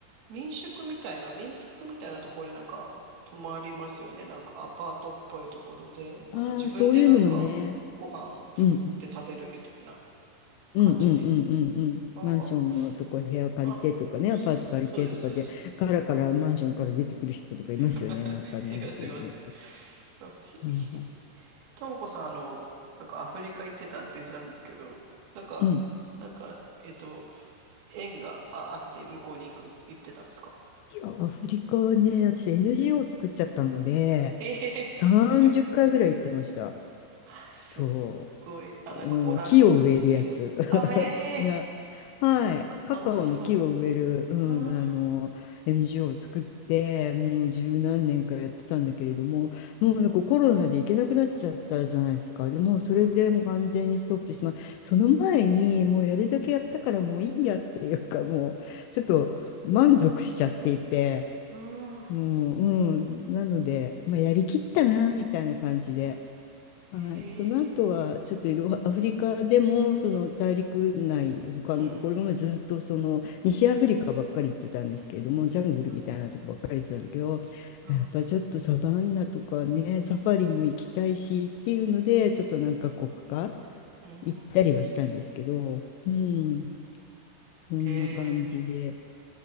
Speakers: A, on the right; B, on the left.
A: 民宿みたいな、民泊みたいなところになんか泊まりますよね。なんかアパートっぽいところで、なんか自分でなんかご飯作って食べるみたいな
B: ああ、そういうのもね。うん。うんうんうんうんうん。
A: 感じで。あば、
B: マンションのとこ部屋借りてとかね、
A: あ、そうです、
B: アパート借りてとかで、
A: そうです。
B: カラカラマンションから出てくる人とかいますよね、
A: <laughs>
B: なんかね、
A: いや、
B: そういうの。
A: すいません。
B: そうそ
A: あひ、
B: うはいはい、
A: ひ、ともこさん、あの、なんかアフリカ行ってたって言ってたんですけど、なんか、
B: うん。
A: なんか、えっと、縁があ、あって向こうに行く、行ってたんですか
B: いや、アフリカはね、私 NGO 作っちゃったので、
A: ええ
B: 30回ぐらい行ってました。
A: <laughs> <laughs> すっ
B: そ
A: ごい。あ、
B: う。
A: なんかボランティアあ、
B: うん、木を植えるやつ。
A: ええ
B: いや、はい。カカオの木を植える、
A: 楽しそ
B: うん、
A: う。うん、
B: あの、
A: うん、
B: NGO を作って、もう十何年かやってたんだけれども、もうなんかコロナで行けなくなっちゃったじゃないですか。でもうそれでもう完全にストップして、
A: う
B: まあ、その前にもうやるだけやったからもういいやっていうか、もうちょっと満足しちゃっていて、
A: ん、うん
B: もう、うん、なので、まあ、やりきったな、みたいな感じで。はい、
A: へえ、
B: その後はちょっといろアフリカでもその大陸内他のところもずっとその西アフリカばっかり行ってたんですけれどもジャングルみたいなとこばっかり行ってたんだけどやっぱちょっとサバンナとかねサファリも行きたいしっていうのでちょっと何か国か
A: うん、うん、うん、うん
B: 行ったりはしたんですけどうんそんな感じで
A: へえ。